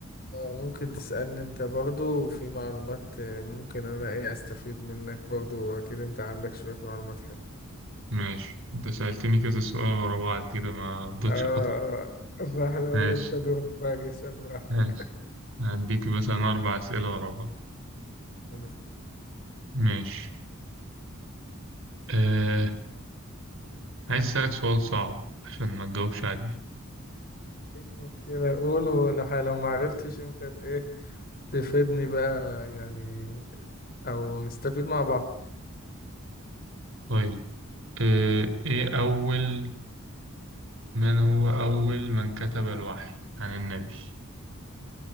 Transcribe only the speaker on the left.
اه ممكن تسألني انت برضو في معلومات آه، ممكن انا ايه استفيد منك برضو اكيد انت عندك شوية معلومات حلوة
اه
آه. فاحنا
انت دورك بقى جه اسأل براحتك
تمام.
مفيش مشكلة قول ولو لو ما عرفتش انت ت- ايه تفيدني بقى يعني او نستفيد مع بعض